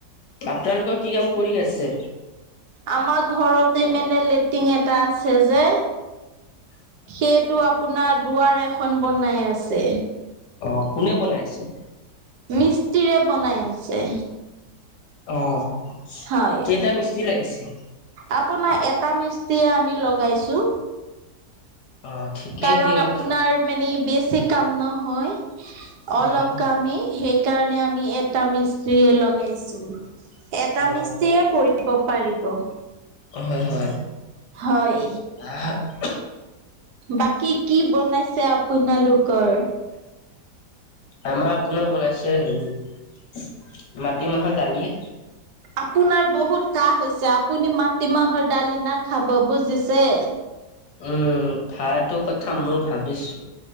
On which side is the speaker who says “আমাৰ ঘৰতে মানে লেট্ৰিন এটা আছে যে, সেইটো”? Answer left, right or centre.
Right